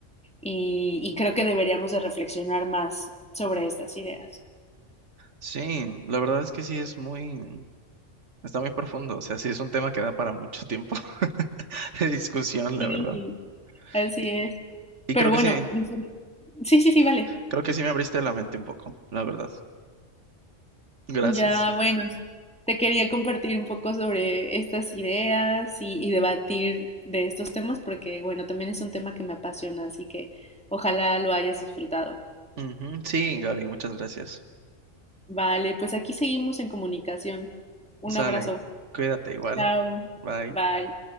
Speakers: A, in the centre; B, on the right (about 65°).
A: y, y creo que deberíamos de reflexionar más sobre estas ideas.
B: Sí, la verdad es que sí es muy, está muy profundo, o sea, sí es un tema que da para mucho tiempo <laughs> de discusión, la
A: Sí,
B: verdad.
A: así
B: Y,
A: es.
B: y
A: Pero
B: creo que
A: bueno,
B: sí.
A: disfr- sí, sí, sí, vale.
B: Creo que sí me abriste la mente un poco, la verdad. Gracias.
A: Ya, bueno, te quería compartir un poco sobre estas ideas y, y debatir de estos temas porque, bueno, también es un tema que me apasiona, así que ojalá lo hayas disfrutado.
B: Ujú, Sí, Gaby, muchas gracias.
A: Vale, pues aquí seguimos en comunicación. Un
B: Sale,
A: abrazo.
B: cuídate igual.
A: Chao.
B: Bye.
A: Bye.